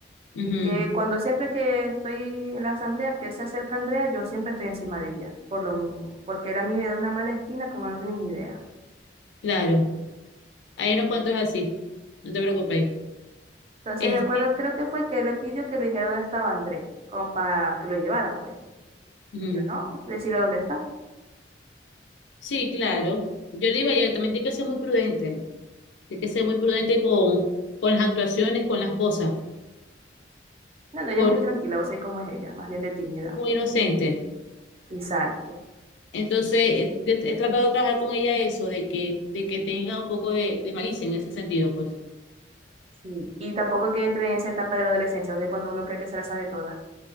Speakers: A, on the left; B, on the right.
A: Ujú,
B: Y que cuando siempre que estoy en las asambleas que se acerca Andrea, yo siempre estoy encima de ella, por lo mismo, porque él a mí me da una mala espina como no tenéis idea.
A: claro. Hay unos cuantos así. No te preocupes.
B: Entonces,
A: Este,
B: de acuerdo, creo que fue que él le pidió que le dijera dónde estaba Andrés, como para que lo llevara, pues.
A: ujú.
B: Y yo, ¿no? Decirle dónde está.
A: Sí, claro. Yo digo, ella también tiene que ser muy prudente Hay que ser muy prudente con, con las actuaciones, con las cosas,
B: No, no, ella
A: porque
B: es muy tranquila,
A: es
B: vos sabés cómo es ella, más bien de tímida.
A: muy inocente.
B: Exacto.
A: Entonces, eh, he, he tratado de trabajar con ella eso, de que, de que tenga un poco de, de malicia en ese sentido, pues.
B: Sí. Y tampoco que entre en esa etapa de la adolescencia, vos sabés cuando uno cree que se la sabe toda.